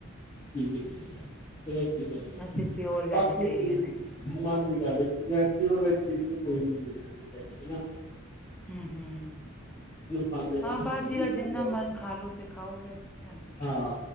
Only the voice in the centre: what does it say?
ਹਾਂ ਅਸੀਂ ਪਿਓਰ
ਵੈਜੀਟੇਰੀਅਨ ਹੈਗੇ
ਹਮ ਹਮ
ਹਾਂ
ਬਾਜੀ
ਦਾ
ਜਿੰਨਾ ਮਨ ਖਾਾਲੋ ਤੇ ਖਾਓ ਫੇਰ ਧਾਨਕੇ,